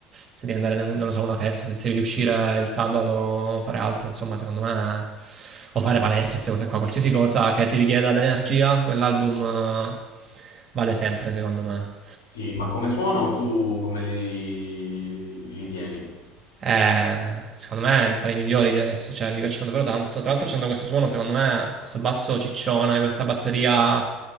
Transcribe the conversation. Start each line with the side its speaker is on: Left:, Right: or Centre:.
Right: se devi andare, non lo so, a una festa, se devi uscire il sabato, fare altro, insomma, secondo me, o fare palestra, queste cose qua, qualsiasi cosa che ti richieda dell'energia, quell'album eh, vale sempre, secondo me.
Left: Sì, ma come suono tu come li, li tieni?
Right: Eh, secondo me è tra i migliori di adesso, cioè mi piacciono davvero tanto. Tra l'altro c'hanno questo suono, secondo me, questo basso ciccione, questa batteria